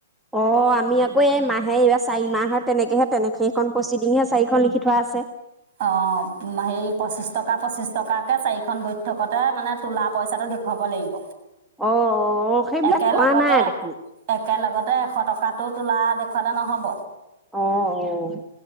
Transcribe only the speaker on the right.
অ হে পঁচিশ টকা পঁচিশ টকাকে চাৰিখন বৈঠকতে মানে তোলা পইচাটো দেখুৱাব লাগিব।
একেলগতে
একেলগতে। ততে এশ টকাটো তোলা দেখুৱালে নহ'ব।